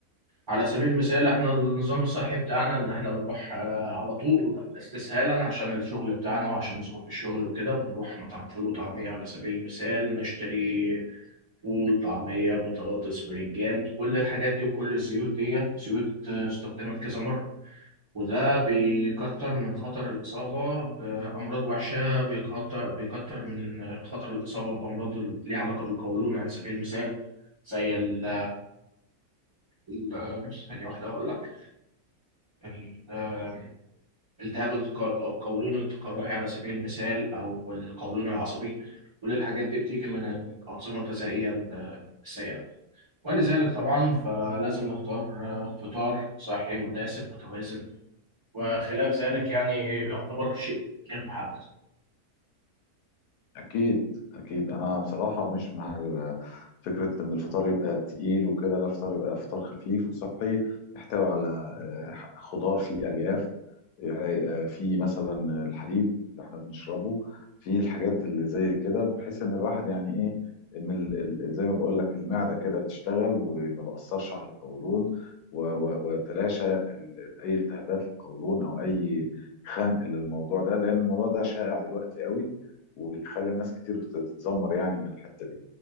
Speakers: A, on the right; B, on the left.
A: على سبيل المثال احنا النظام الصحي بتاعنا ان احنا بنروح آه، على طول استسهالا عشان الشغل بتاعنا وعشان ظروف الشغل وكده بنروح مطعم فول وطعمية على سبيل المثال نشتري فول طعمية بطاطس بريجان كل الحاجات دي وكل الزيوت دي زيوت آه، استخدمت كذا مرة وده بيكتر من خطر الإصابة بأمراض وحشة بيكتر بيكتر من آه، خطر الإصابة بأمراض ال- ليها علاقة بالقولون على سبيل المثال زي ال ال- ثانية واحدة أقول لك ال- آه، التهاب الق- القولون التقرحي على سبيل المثال أو القولون العصبي كل الحاجات دي بتيجي من الأنظمة الغذائية ال- السيئة. ولذلك طبعا فلازم نختار آه، فطار صحي مناسب متوازن وخلاف ذلك يعني يعتبر شيء غير محبذ
B: اكيد اكيد انا بصراحة مش مع ال- فكرة ان الفطار يبقى تقيل وكده لا الفطار يبقى فطار خفيف وصحي يحتوي على آه، خضار فيه الياف يعني في مثلا الحليب اللي احنا بنشربه في الحاجات اللي زي كده بحيث ان الواحد يعني ايه ان ال ال زي ما بقول لك المعده كده بتشتغل وما بأثرش على القولون و- و- ويتلاشى ال- ال- اي التهابات للقولون او اي خنق للموضوع ده لان الموضوع ده شائع دلوقتي قوي وبيخلي ناس كتير بت- بتتذمر يعني من الحته دي